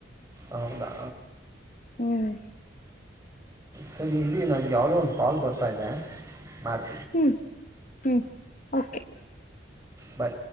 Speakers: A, on the right (about 15°); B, on the left (about 45°).
A: ಹೌದಾ
B: ಹ್ಮ್
A: ಸರಿ ಇಲ್ಲಿ ನನ್ಗೆ ಯಾವುದೋ ಒಂದು ಹಾಲ್ ಬರ್ತಾ ಇದೆ ಮಾಡ್ತ
B: ಹ್ಮ್ ಹ್ಮ್ ಕೆ
A: ಬಾಯ